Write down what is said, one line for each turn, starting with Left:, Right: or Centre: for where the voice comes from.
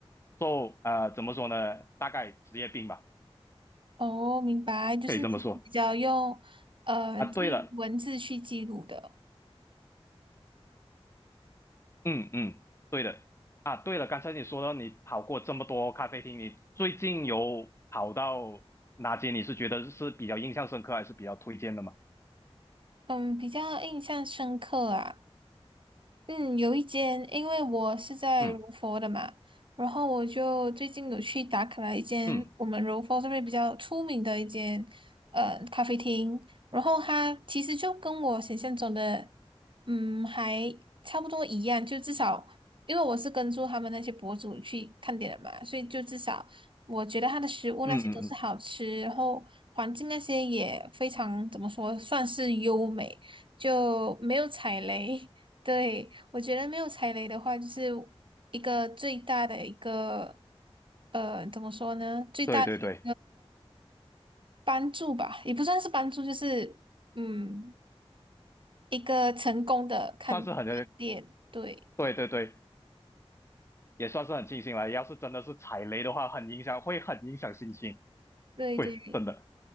Left: 就呃怎么说呢，大概职业病吧，
Right: 哦，明白。就是你是比较用，
Left: 可以这么说
Right: 呃，
Left: 啊。
Right: 记文字去记录的。
Left: 对了，嗯嗯，对的啊。对了，刚才你说到你跑过这么多咖啡厅，你最近有跑到哪间？你是觉得是比较印象深刻，还是比较推荐的吗？
Right: 嗯，比较印象深刻啊。嗯，有一间，因为我是在柔佛的嘛，
Left: 嗯
Right: 然后我就最近有去打卡了一间我们柔佛这边比较出名的一间呃咖啡厅，
Left: 嗯
Right: 然后它其实就跟我想象中的嗯还差不多一样，就至少因为我是跟住他们那些博主去看点的嘛，所以就至少我觉得它的食物那些都是好吃，
Left: 嗯嗯嗯，
Right: 然后环境那些也非常怎么说算是优美，就没有踩雷。对，我觉得没有踩雷的话，就是一个最大的一个，呃，怎么说呢？最大的
Left: 对对对，
Right: 帮助吧，也不算是帮助，就是嗯，一个成功的看看店。
Left: 算是很
Right: 对，
Left: 对对对，也算是很庆幸了。要是真的是踩雷的话，很影响，会很影响心情。
Right: 对对
Left: 对，真的。